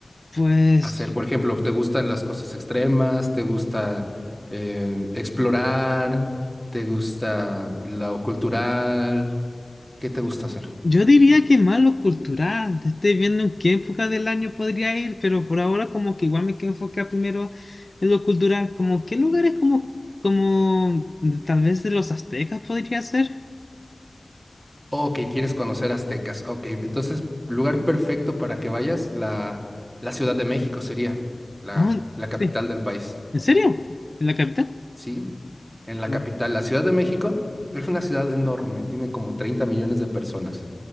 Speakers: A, on the left; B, on the right.
A: Pues
B: hacer? Por ejemplo, ¿te gustan las cosas extremas? ¿Te gusta eh, explorar? ¿Te gusta lo cultural? ¿Qué te gusta hacer?
A: yo diría que más lo cultural. Estoy viendo en qué época del año podría ir, pero por ahora como que igual me quiero enfocar primero en lo cultural. Como qué lugares como, como tal vez de los aztecas podría ser.
B: Ok, quieres conocer aztecas. Ok, entonces, lugar perfecto para que vayas, la, la Ciudad de México sería la,
A: Oh,
B: la capital
A: sí.
B: del país.
A: ¿En serio? ¿En la capital?
B: ¿Sí? En la
A: Oh,
B: capital, la Ciudad de México, es una ciudad enorme, tiene como 30 millones de personas,